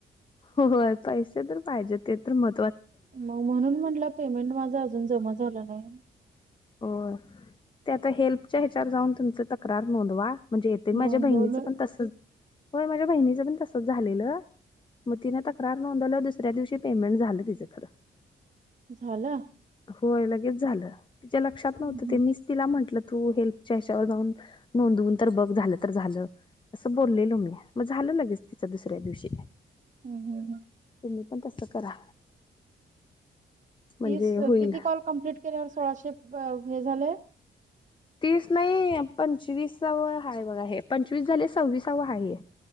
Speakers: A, on the left; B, on the right.
A: होय पैसे तर पाहिजे ते तर म..
B: मग म्हणून म्हटलं पेमेंट माझा अजून जमा झाला नाही.
A: हो ते आता हेल्पच्या ह्याच्यावर जाऊन तुमच तक्रार नोंदवा! म्हणजे येते
B: नोंदवलं
A: माझ्या बहिणीचं पण तसच होय माझ्या बहिणीचं पण तसच झालेलं. मग तिने तक्रार नोंदवल्या दुसऱ्या दिवशी पेमेंट झालं तिचं खरं.
B: झालं!
A: हो लगेच झालं तिच्या लक्षात नव्हतं
B: हं हं
A: ते मी तिला म्हटलं.. तू हेल्पच्या हच्यावर जाऊन नोंदवून तर बघ झालं तर झालं असं बोललेलो मी.. झालं लगेच तिच दुसऱ्या दिवशी..
B: हम्म हम् हम्.
A: तुम्ही पण तसं करा. म्हणजे
B: तीस
A: होईल
B: किती कॉल कमप्लट केल्यावर सोळाशे हे झाले?
A: तीस नाही पंचवीसव आहेा बघा हे. पंचवीस झाले सव्वीसावा आहे.